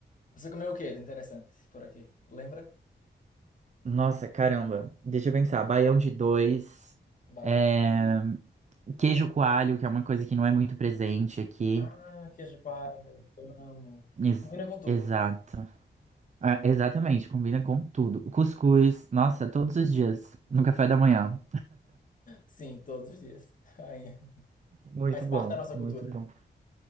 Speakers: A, on the left; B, on the right.
A: Você comeu o que de interessante por aqui? Lembra?
B: Nossa, caramba. Deixa eu pensar. Baião de dois.
A: Baiana.
B: é,
A: Ai,
B: Queijo coalho, que é uma coisa que não é muito presente aqui.
A: Ah, queijo de coalho, eu amo.
B: Ex-
A: Combina com tudo.
B: Exato. Ah, exatamente, combina com tudo. Cuscuz, nossa, todos os dias, no café da manhã.
A: Sim, todos os dias. <laughs> Ai,
B: Muito
A: Faz
B: bom,
A: parte da nossa
B: muito
A: cultura.
B: bom.